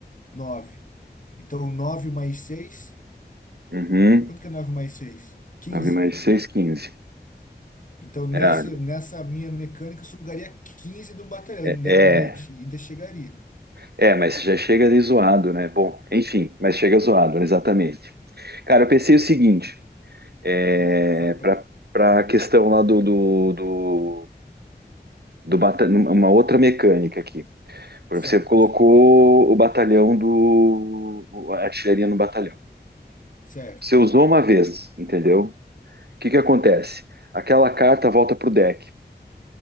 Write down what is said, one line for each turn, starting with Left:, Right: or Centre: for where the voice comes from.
Left: nove. Então, nove mais seis.
Right: Uhum,
Left: Quanto que é nove mais seis? quinze
Right: 9 mais 6, 15.
Left: Então, nessa,
Right: É,
Left: nessa minha mecânica, eu sugaria 15 de um batalhão,
Right: é,
Left: ainda,
Right: é,
Left: ainda, ainda chegaria.
Right: é, mas já chega ali zoado, né? Bom, enfim, mas chega zoado, né? exatamente. Cara, eu pensei o seguinte, é,
Left: Tá, fa- pa-
Right: para para
Left: ah,
Right: a questão lá do, do, do, do bata- uma outra mecânica aqui. Por
Left: certo,
Right: exemplo, você colocou o batalhão do, a artilharia no batalhão.
Left: certo.
Right: Você usou uma vez, entendeu? O que que acontece? Aquela carta volta para o deck.